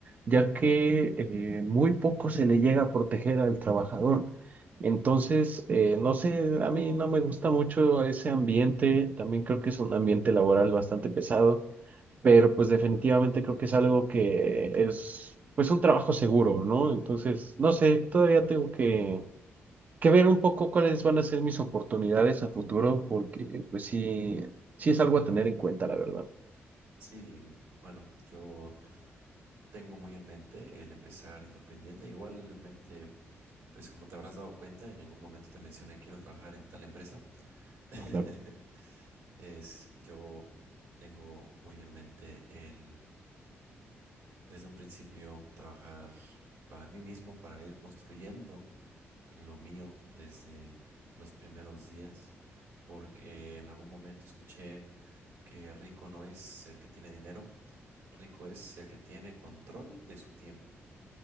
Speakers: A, on the right (about 35°); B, on the right (about 75°).
A: ya que eh, muy poco se le llega a proteger al trabajador. Entonces, eh, no sé, a mí no me gusta mucho ese ambiente. También creo que es un ambiente laboral bastante pesado pero pues definitivamente creo que es algo que es pues un trabajo seguro, ¿no? Entonces, no sé, todavía tengo que, que ver un poco cuáles van a ser mis oportunidades a futuro, porque pues sí, sí es algo a tener en cuenta, la verdad.
B: Sí, bueno, yo tengo muy en mente el empezar independiente. Igualmente, pues como te habrás dado cuenta, en ningún momento te mencioné quiero trabajar en tal empresa. <laughs>
A: Claro,
B: Es, yo tengo muy en mente el, desde un principio, trabajar para mí mismo, para ir construyendo lo mío desde los primeros días, porque en algún momento escuché que rico no es el que tiene dinero, rico es el que tiene control de su tiempo.